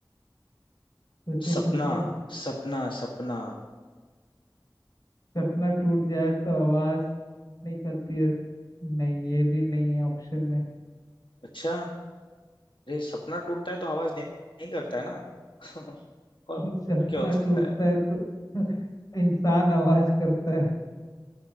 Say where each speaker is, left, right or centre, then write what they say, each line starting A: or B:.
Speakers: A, on the left (about 45°); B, on the left (about 85°).
A: सोचिए
B: सपना
A: सोचिए
B: सपना सपना
A: सपना टूट जाए तो आवाज नहीं करती है नहीं ये भी नहीं है ऑप्शन में
B: अच्छा अरे सपना टूटता है तो आवाज नहीं, नहीं करता है ना <laughs> और
A: <laughs> सपना
B: क्या हो सकता
A: टूटता
B: है
A: है तो <laughs> इंसान आवाज करता है